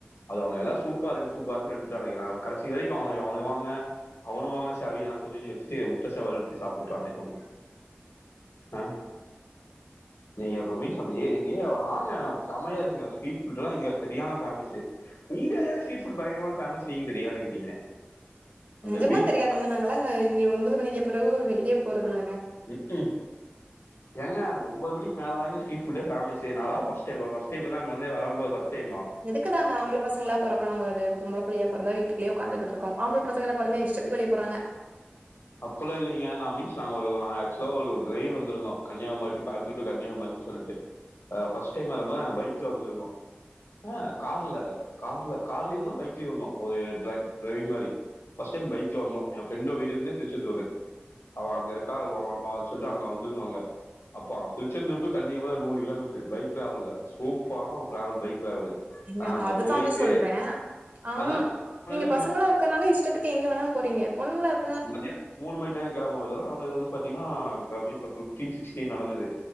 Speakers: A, on the left; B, on the right.
A: அது அவனுங்கலா சூப்ரா இருக்கு சூப்ரா இருக்குனு எடுத்துட் அலைரா கடைசி வரைக்கு அவுனுக் அவனுகா வாங்குன அவுனுக்கு வாங்குன சேவய எனக் கொஞ்ச கொஞ்ச வச்சிட்டு முட்ட சேவ எடுத்து சாப்புட்டு போனோ அ நீங்க மீட் பண்றீங்க இங்கயே வாங்க செமையா இருக்குங்க ஸ்ரட் ஃபுட்ல்லா இங்க சரியான பேமஸ்சு நீங்க தா ஸ்ட்ரீட்ஃபுட் பயங்கரமா ஃபேமஸ் நீங்க தெரியாதுங்கிறீங்க அந்த
B: நெஜமா
A: பீச்
B: தெரியதுங்க நாங்களா இங்க ஒன்பது மணிக்கு பிறவு வெளியே போறதில்லங்க
A: க்கும் ஏங்க அங்க ஒம்பது மணக்கி மேல தாங்க ஸ்ட்ரீட் புட்டே ஃபேமசு நாலாம் ஃபர்ஸ்ட் டைம் ஃபஸ்ட் டைம் அங்க வரும்போது அங்க ஃபர்ஸ்ட் டைம் ஆ
B: இதுக்குதாங்க ஆம்ப பசங்களா பொரக்கனுங்கறது பொம்பள புள்ளையா பொறந்தா வீட்டுலயே உக்காந்துட்டு இருக்கு ஆம்பள பசங்கள பாருங்க இஷ் சக்கு வெளிய போறாங்க
A: அப்பல்லா இல்லைங்க நா மீன்ஸ் நாங்க ஒரு ந ஆக்சுலா ஒரு டிரைவ் வந்திருந்தோ கன்னியாகுமரி டூ கோயம்புத்தூர் டூ கன்னியாகுமரின் சொல்ட்டு ஃபஸ்ட் டைம் வரும்போது நாங்க பைக் ல வந்துருந்தோ ஆஹ் கார்ல கார்ல கார்லயே வந்தோம் பைக்லயே வந்தோம் ஒரு ட்ரைவ் டிரைவ் மாரி ஃபர்ஸ்ட்டு டைம் பைக்ல வந்தோம் என் ஃப்ரெண்டோ வீடு வந்து திருச்செந்தூர் அவ அங்க இருக்கா அவனு சொல்லிட்டு அங்க வந்திருந்தாங்க அப்பா திருச்செந்தூர் டு கன்னியாகுமரி நூறு கிலோமீட்டரு பைக் டிராவல சூப்பரானா டராவல் பைக் டிராவல்
B: ஏங்க
A: நாங்க அங்க
B: அதுதாங்க
A: போயிட்டு
B: சொல்றேன் ஆம்
A: அதான் போனதே
B: நீங்க பசங்களல்லாம்
A: மூணு
B: க்கனால இஷ்டத்துக்கு எங்க வேணாலு போறீங்க பொண்ணுங்கள
A: மதியம் மூணு மணிக்கலா கிளம்புனது நால அது வந்து பாத்தீங்கனா வீச ஃபிட்டீன் சிக்ச்டீன் நடந்தது